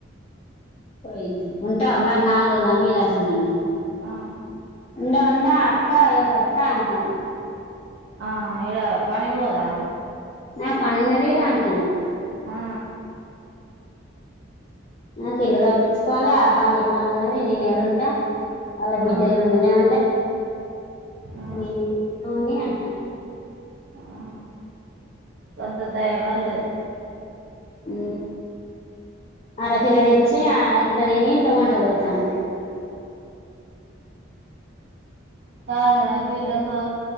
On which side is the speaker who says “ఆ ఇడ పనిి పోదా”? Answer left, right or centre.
Right